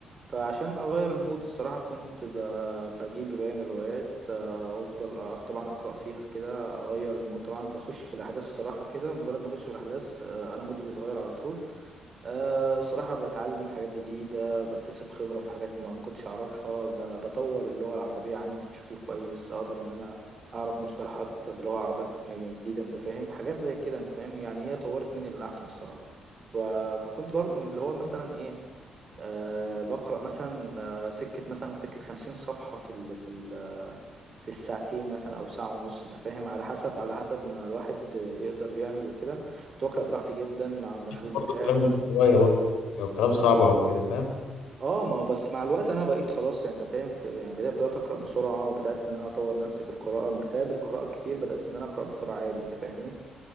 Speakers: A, on the right; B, on the left.
A: فعشان اغير المود الصراحه كنت ب- بجيب روايه من الروايات آه، وافضل أق- طبعا اقرا فيها كده اغير المود طبعا بخش في الاحداث الصراحه كده مجرد ما اخش في الاحداث آه، انا مودي بيتغير على طول آه، صراحه بتعلم حاجات جديده بكتسب خبره في حاجات ما ما كنتش اعرفها ب- بطور اللغه العربيه عندي بشكل كويس اقدر ان انا اعرف مصطلحات بلغه عربيه ك- يعني جديده انت فاهم حاجات زي كده انت فاهم يعني هي طورت مني للاحسن الصراحه ف- فكنت برضو من اللي هو مثلا ايه أه بقرأ مثلا آه، سكة مثلا سكة خمسين صفحة في ال في ال آه، في الساعتين مثلا أو ساعة ونص أنت فاهم على حسب على حسب ما الواحد يقدر يعمل وكده كنت بقرأ براحتي جدا مع المشروب
B: حسب برضه
A: بتاعي
B: الكلام الروايه برضه لو الكلام صعب او كده فاهم
A: اه ما هو بس مع الوقت انا بقيت خلاص يعني انت فاهم في- يعني بدات بدات اقرا بسرعه وبدات ان انا اطور نفسي في القراءه بسبب القراءه الكتير بدات ان انا اقرا بسرعه عادي انت فاهمني